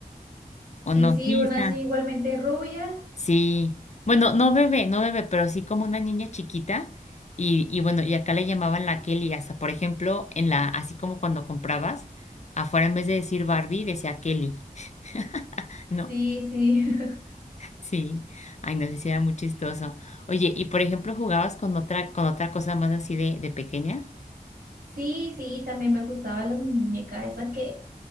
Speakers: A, on the right; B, on the left.
A: Sí,
B: ¿O no?
A: sí,
B: Sí,
A: una
B: está.
A: así igualmente rubia.
B: Sí. Bueno, no bebé, no bebé, pero sí como una niña chiquita. Y, y bueno, y acá le llamaban la Kelly, hasta por ejemplo, en la, así como cuando comprabas, afuera en vez de decir Barbie, decía Kelly, <laughs> ¿no?
A: Sí, sí. <laughs>
B: Sí. Ay, no sé si era muy chistoso. Oye, y por ejemplo, ¿jugabas con otra, con otra cosa más así de, de pequeña?
A: Sí, sí, también me gustaban las muñecas esas que